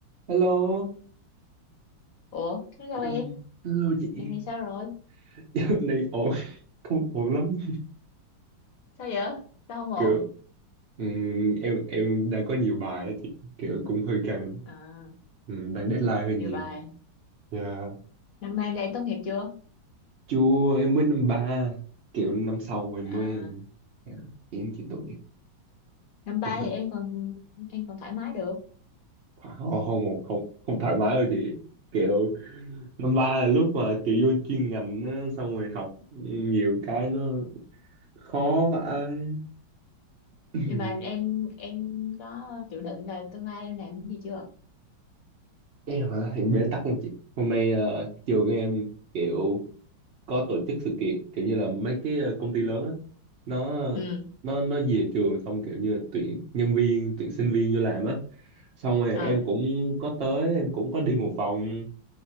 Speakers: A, on the right; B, on the left.
A: Hello,
B: Ủa, hello
A: <clears throat>
B: em,
A: Hello chị
B: giờ này sao rồi?
A: <laughs> dạo này ổn, không ổn lắm.
B: Sao vậy? Sao không ổn?
A: Kiểu ừm, em em đang có nhiều bài á chị, kiểu cũng hơi căng,
B: À,
A: Ừm, đang deadline hơi
B: nhiều
A: nhiều.
B: bài.
A: Dạ,
B: Năm nay là em tốt nghiệp chưa?
A: Chua em mới năm ba, kiểu năm sau em
B: À,
A: mới dạ, em chị tốt nghiệp,
B: năm ba
A: cũng hơi
B: thì em còn em còn thoải mái được.
A: thoải- không không không không thoải mái đâu chị. Kiểu năm ba là lúc mà kiểu vô chuyên ngành á, xong rồi học nhiều cái nó khó vãi. <clears throat>
B: Nhưng mà em em có dự định là tương lai em làm cái gì chưa?
A: em hả thì bế tắc lắm chị hôm nay ờ, trường em kiểu có tổ chức sự kiện kiểu như là mấy cái ờ, công ty lớn á nó
B: Ừ,
A: nó nó về trường xong kiểu như là tuyển nhân viên tuyển sinh viên vô làm á xong rồi
B: ừ,
A: em cũng có tới em cũng có đi một vòng